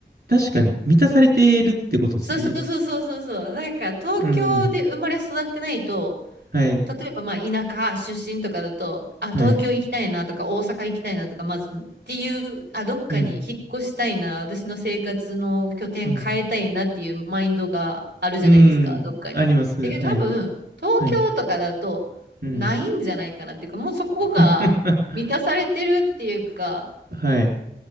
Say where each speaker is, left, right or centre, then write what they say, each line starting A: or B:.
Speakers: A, on the right; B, on the right.
A: 確かに、満たされてるってことですよね。
B: そうそうそうそうそうそう。なんか東京で生まれ育ってないと、
A: うん。はい。
B: 例えばまあ田舎出身とかだと、あ、
A: はい。
B: 東京行きたいなとか大阪行きたいなとか、まずっていう、あ、どっかに引っ越したいな、
A: うん。
B: 私の生活の拠点変えたいなっていうマインドがあるじゃないですか、
A: うん。うん。
B: どっかに。
A: あります。
B: え、けど多分、
A: はい。
B: 東京とかだとないんじゃないかなっていうか、
A: はい。うん。
B: もうそこが満たされてるっていうか、
A: <laughs> はい。